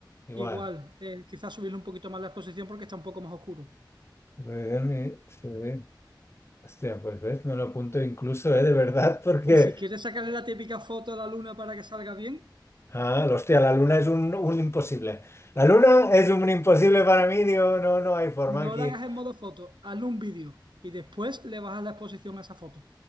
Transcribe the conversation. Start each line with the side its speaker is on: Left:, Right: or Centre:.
Left: igual.
Right: igual. eh, quizás subirle un poquito más la exposición porque está un poco más oscuro.
Left: Exposición y- sí. Hostia, pues ves, me lo apunto incluso, eh, de verdad, <laughs> porque
Right: Y si quieres sacarle la típica foto a la luna para que salga bien,
Left: Ah, hostia, la luna es un, un imposible. La luna es un imposible para mí, digo, no, no hay forma
Right: no
Left: aquí.
Right: la hagas en modo foto, hazle un vídeo y después le bajas la exposición a esa foto.